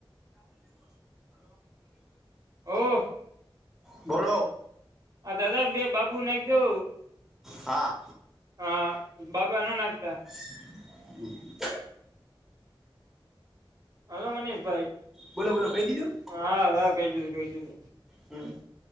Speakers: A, on the right (about 45°); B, in the centre.
A: ઓહ
B: <inaudible> બોલો.
A: હા દાદા બે બાબુ નાખો.
B: હા.
A: હા બાબા અનો નાખતા
B: <inaudible>
A: હલો મનીષ ભાઈ
B: બોલો બોલો કહી દીધું?
A: હા હા કઈ દીધું કઈ દીધું.
B: હમ